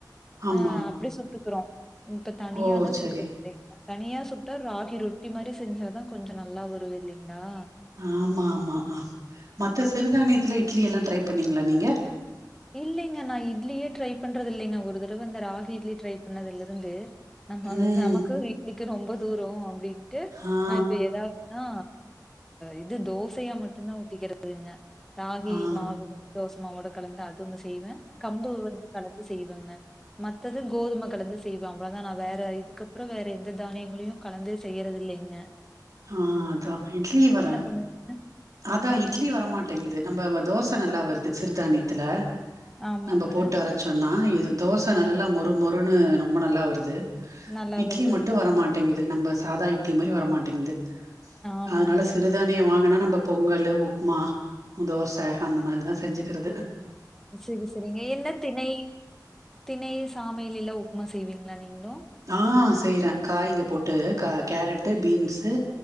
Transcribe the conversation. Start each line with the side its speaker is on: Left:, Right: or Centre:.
Right: ஆமா
Centre: ஆ அப்டி சுட்டுக்குறோ இப்ப தனியானா
Right: ஓ சரி
Centre: சுடுறது இல்லைங்க தனியா சுட்டா ராகி ரொட்டி மாரி செஞ்சாதா கொஞ்சோ நல்லா வருது இல்லைங்களா
Right: ஆமா ஆமா ஆ மத்த சிறுதானயத்துல இட்லி எல்லா ட்ரை பண்ணீங்களா நீங்க
Centre: இல்லைங்க நா இட்லியே ட்ரை பண்ணுறது இல்லைங்க ஒரு தடவ அந்த ராகி இட்லி ட்ரை பண்ணதுலருந்து நம்ம வந்து
Right: ம்
Centre: நமக்கு இட்லிக்கு ரொம்ப தூரோ அப்டின்ட்டு
Right: ஆ
Centre: நா இப்ப ஏதாவது நா இது தோசையா மட்டுதா ஊத்துக்கிறதுங்க ராகி
Right: ஆ
Centre: மாவு தோசமாவோட கலந்து அதுங்க செய்வே கம்பு வந்து கலந்து செய்வங்க மத்தது கோதும கலந்து செய்வே அவ்ளோதா நா வேற இதுக்கப்றோ வேற எந்த தானியங்களையு கலந்து செய்யிறது இல்லிங்க
Right: ஆ அதா இட்லி வரே
Centre: பண்ணுவீங்க
Right: அதா இட்லி வரமாட்டேங்கிது நம்ம வ தோச நல்லா வருது சிறுதானியத்துல
Centre: ஆமாங்க
Right: நம்ம போட்டு அரச்சோனா இது தோசை
Centre: ஆ
Right: நல்லா மொறு மொறுன்னு ரொம்ப நல்லா வருது
Centre: நல்லா
Right: இட்லி
Centre: வருது
Right: மட்டு
Centre: ஆமாங்க
Right: வரமாடேங்குது நம்ம சாதா இட்லி மாரி வரமாடேங்குது
Centre: ஆமாங்க
Right: அதனால சிறு சிறுதானிய வாங்கினா நம்ம பொங்கலு உப்புமா தோச அந்த மாரி தா செஞ்சுகிறது
Centre: செரி செரிங்க என்ன திணை திணை சாமைல எல்லா உப்புமா செய்வீங்களா நீங்களு
Right: ஆ செய்யறே காய்ங்க போட்டு கேரட்டு பீன்ஸ்சு